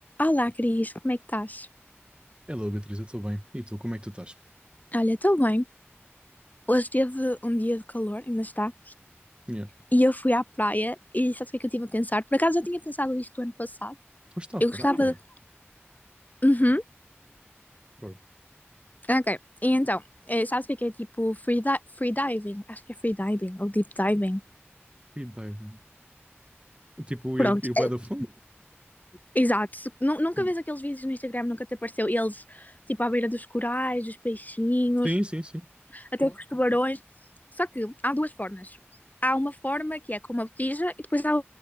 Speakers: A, on the left (about 40°); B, on the right (about 25°).
A: Olá, Cris, como é que estás?
B: Hello, Beatriz, eu estou bem. E tu, como é que tu estás?
A: Olha, estou bem. Hoje teve um dia de calor, ainda está,
B: Yeah.
A: e eu fui à praia e sabes o que é que eu estive a pensar? Por acaso já tinha pensado isto ano passado.
B: Foste à
A: Eu gostava
B: praia?
A: de... Uhum,
B: Bro,
A: ok. E então, eh, sabes o que é que é tipo free, di- free diving? Acho que é free diving ou deep diving.
B: free diving. Tipo,
A: Pronto,
B: ir, ir bué
A: eh,
B: da fundo?
A: exato. Nu- Nunca
B: Hum.
A: vês aqueles vídeos no Instagram, nunca te apareceu eles tipo à beira dos corais, dos peixinhos.
B: Sim, sim, sim.
A: até com os tubarões. Só que há duas formas. Há uma forma que é com uma botija e depois há